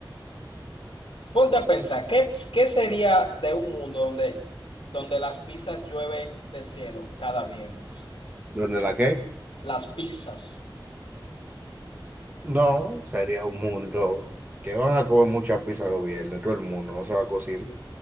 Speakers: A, on the left; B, on the right.
A: Ponte a pensar, ¿qué, qué sería de un mundo donde, donde las pizzas llueven del cielo cada viernes?
B: ¿Dónde la qué?
A: Las pizzas.
B: No, sería un mundo que van a comer mucha pizza los viernes, todo el mundo, no se va a cocinar.